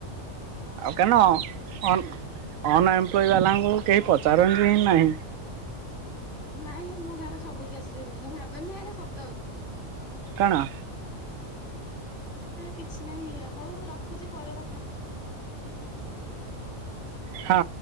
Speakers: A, on the left; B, on the right.
A: ଓହୋ
B: ଆଉ କେନନ୍
A: ଆଉଥରେ
B: ଅନଏମ୍ପ୍ଲ ବାଲାଙ୍କୁ କେହି ପଚାରନ୍ତି ହିଁ ନାହିଁ <inaudible>
A: ହଁ ନାଇଁ ମୁଁ ଭାବେ ସବୁ କେସ ବି ମୁଁ ଭାବେନି ଏଟା ସତବି <unintelligible>
B: କାରଣ
A: ନା କିଛି ନାହିଁ ହୋଉ ରଖୁଚି ପରେ କଥା
B: ହଁ।